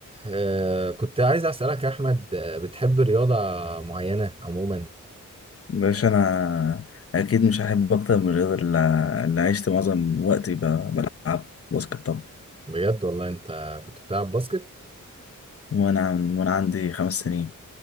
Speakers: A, on the right; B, on the left.
A: آه كنت عايز أسألك يا أحمد آه، بتحب رياضة معينة عموما
B: باش انا اكيد مش هحب اكتر من الرياضه اللي اللي عشت معظم وقتي ب- بلعب باسكت طبعا
A: بجد والله أنت كنت بتلعب باسكت
B: وانا عن- وانا عندي خمس سنين